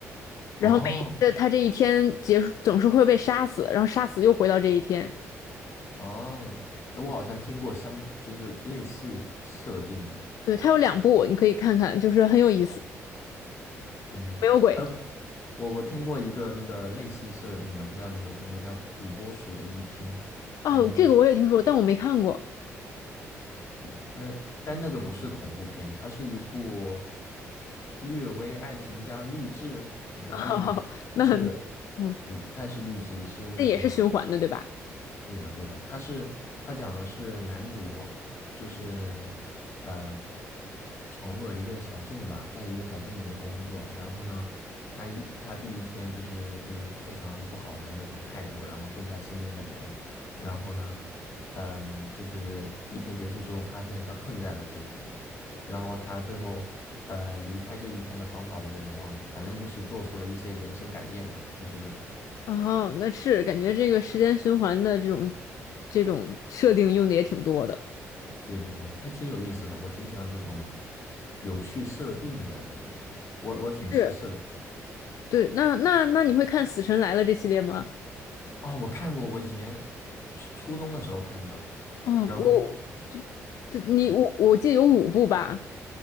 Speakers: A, on the left; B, on the left.
A: 然后每这他这一天结束总是会被杀死，
B: 哦，
A: 然后杀死又回到这一天。
B: 哦，哎，我好像听过相，就是类似设定的，
A: 对，他有两部，你可以看看，就是很有意思。
B: 嗯，
A: 没有鬼
B: 哎，我我听过一个那个类似设定的，不知道你有没有听过，叫《土拨鼠的一天》，还是说
A: 哦，这个我也听说，但我没看过。
B: 对，那但那个不是恐怖片，它是一部略微爱情加励志，不是励志，
A: 哦 <laughs>
B: 就是
A: 那嗯，
B: 不不太是励志，是那种
A: 那也是循环的，对吧？
B: 对的，对的，他是他讲的是男主，就是呃，闯入了一个小镇吧，在一个小镇里面工作，然后呢，他一他第一天就是就是非常不好的那种态度，然后对待身边的人，然后呢，嗯，就是一天结束之后，发现他困在了这一天，然后他最后呃离开这一天的方法我有点忘了，反正就是做出了一些人生改变吧，就是这种。
A: 哦，那是感觉这个时间循环的这种这种设定用的也挺多的。
B: 对的，对的，还挺有意思的，我挺喜欢这种有趣设定的这种，我我挺吃设
A: 是，对，那那那你会看《死神来了》这系列吗？
B: 啊，我看过，我以前初初中的时候看的，
A: 嗯，
B: 然后
A: 我，这这，你我我记得有五部吧。
B: 嗯，